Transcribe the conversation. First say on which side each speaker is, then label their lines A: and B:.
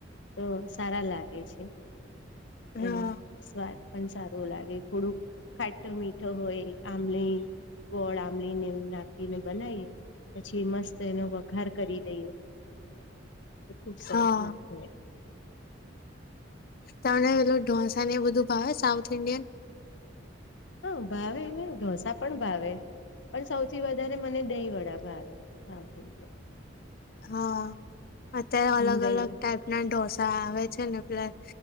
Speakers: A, on the left; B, on the left.
A: તો સારા લાગે છે.
B: હા
A: એનો સ્વાદ પણ સારો લાગે, થોડુંક ખા મો મીઠો હોય આંબલી ગોળ આંબલીને એવું નાખીને બનાવીએ પછી મસ્ત એનો વઘાર કરી દઈએ. તો ખુબ સરસ
B: હા
A: લટ
B: તમને પેલું ઢોસા ને એ બધું ભાવે સાઉથ ઇન્ડિયન?
A: હા, ભાવે એલે ઢોસા પણ ભાવે પણ સૌથી વધારે મને દહીં વડા ભાવે સાઉથ ઇન્ડ
B: હા, અત્યારે
A: હું
B: અલગ
A: દહી
B: અલગ ટાઈપ ના ડોસ આવે છે, ને પ્લસ